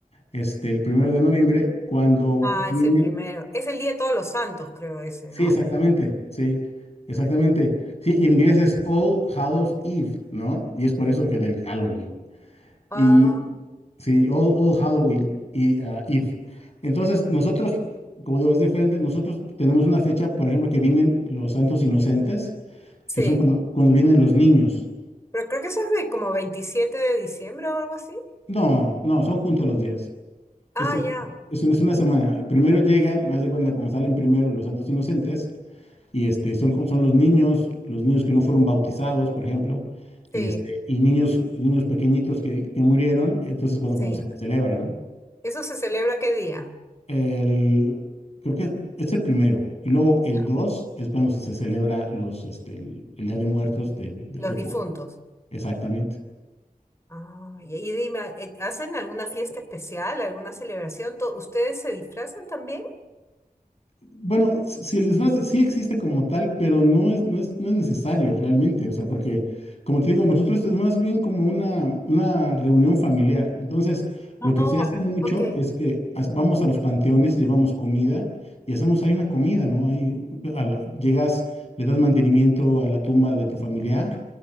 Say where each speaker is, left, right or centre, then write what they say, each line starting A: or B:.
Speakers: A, on the left (about 45°); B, on the left (about 20°).
A: este, el primero de noviembre, cuando
B: Ah,
A: viene,
B: es el primero. Es el Día de Todos los Santos, creo ese,
A: sí,
B: ¿no?
A: exactamente, sí, exactamente, sí, y en inglés es All Hallows Eve, ¿no? Y es por eso que del Halloween,
B: Ah,
A: y
B: ok.
A: sí, All, All Halloween y, ah, Eve. Entonces, nosotros, como digo, es diferente, nosotros tenemos una fecha, por ejemplo, que vienen los santos inocentes,
B: sí.
A: que son cuando, cuando vienen los niños.
B: Pero creo que eso es ve- como 27 de diciembre o algo así.
A: No, no, son juntos los días.
B: Ah,
A: Es,
B: ya.
A: es, una es una semana. Primero llegan, haz de cuenta, como salen primero los santos inocentes, y este, son, co- son los niños, los niños que no fueron bautizados, por ejemplo, y,
B: Sí,
A: este, y niños, niños pequeñitos que, que murieron, entonces cuando,
B: sí.
A: cuando se les celebra, ¿no?
B: ¿Eso se celebra qué día?
A: El, creo que es el primero, y luego el
B: Ya,
A: dos
B: ok.
A: es cuando se, se celebra los, este, el, el Día de Muertos de, de,
B: Los
A: de todo.
B: difuntos.
A: Exactamente.
B: Ah, y ahí dime, eh, ¿hacen alguna fiesta especial, alguna celebración? To- ¿Ustedes se disfrazan también?
A: Bueno, si el disfraz sí existe como tal, pero no es, no es, no es necesario realmente, o sea, porque, como te digo, nosotros es más bien como una, una reunión familiar. Entonces, lo
B: Oh,
A: que se hace mucho
B: ok.
A: es que as- vamos a los panteones y llevamos comida y hacemos ahí una comida, ¿no? Ahí a la- llegas, le das mantenimiento a la tumba de tu familiar,